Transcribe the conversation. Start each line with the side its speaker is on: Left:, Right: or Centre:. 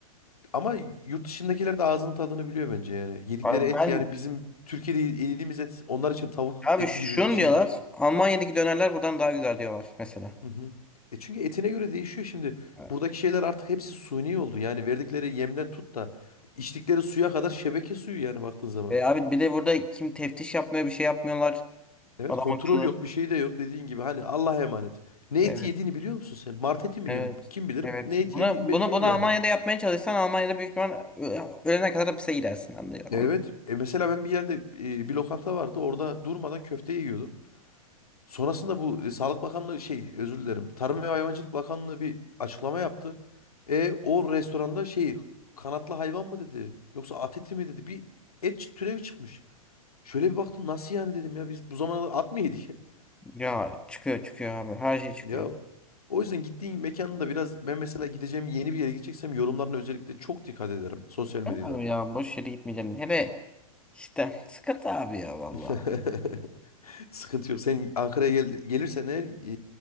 Left: Ama yurt dışındakiler de ağzının tadını biliyor bence yani. Yedikleri
Centre: Abi
Left: et
Centre: ben
Left: yani bizim Türkiye'de yediğimiz et onlar için tavuk
Centre: abi
Left: eti
Centre: şunu
Left: gibi bir şeydir.
Centre: diyorlar Almanya'daki dönerler buradan daha güzel diyorlar mesela.
Left: Hı hı. E çünkü etine göre değişiyor şimdi.
Centre: Evet.
Left: Buradaki şeyler artık hepsi suni oldu. Yani verdikleri yemden tut da içtikleri suya kadar şebeke suyu yani baktığın zaman.
Centre: E abi bir de burada kim teftiş yapmıyor bir şey yapmıyorlar
Left: Evet
Centre: adam
Left: kontrol
Centre: akıllı.
Left: yok bir şey de yok dediğin gibi. Hani Allah'a emanet. Ne
Centre: Evet
Left: eti yediğini biliyor musun sen? Mart eti mi
Centre: evet.
Left: yiyorsun? Kim bilir
Centre: Evet.
Left: ne
Centre: Bunu,
Left: eti yediğin belli
Centre: bunu,
Left: değil
Centre: bunu
Left: yani.
Centre: Almanya'da yapmaya çalışsan Almanya'da büyük ihtimal ö- ölene kadar hapise gidersin anlıyor.
Left: Evet e mesela ben bir yerde e, bir lokanta vardı. Orada durmadan köfte yiyordum. Sonrasında bu e, Sağlık Bakanlığı şey özür dilerim. Tarım ve Hayvancılık Bakanlığı bir açıklama yaptı. E o restoranda şey kanatlı hayvan mı dedi yoksa at eti mi dedi bir et türevi çıkmış. Şöyle bir baktım nasıl yani dedim ya biz bu zamana kadar at mı yedik? <laughs>
Centre: Ya çıkıyor çıkıyor abi. Her şey çıkıyor.
Left: Ya o yüzden gittiğin mekanın da biraz ben mesela gideceğim yeni bir yere gideceksem yorumlarına özellikle çok dikkat ederim sosyal medyadan.
Centre: Ben abi ya boş yere gitmeyeceğim. Hele işte <laughs> sıkıntı abi ya valla.
Left: <laughs> Sıkıntı yok. Sen Ankara'ya gel gelirsen eğer e,